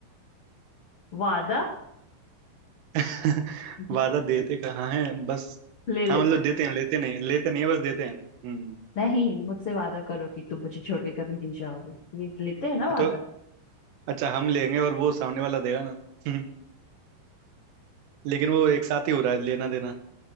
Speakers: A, on the left; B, on the right.
A: वादा
B: <laughs>
A: <laughs>
B: वादा देते कहाँ है बस
A: ले लेते
B: हाँ मतलब
A: हैं
B: देते हैं लेते नहीं लेते नहीं है बस देते हैं हम्म
A: नहीं मुझसे वादा करो कि तुम मुझे छोड़ के कभी नहीं जाओगे ये लेते हैं ना
B: हाँ
A: वादा
B: तो अच्छा हम लेंगे और वो सामने वाला देगा ना हम्म, लेकिन वो एक साथ ही हो रहा है लेना देना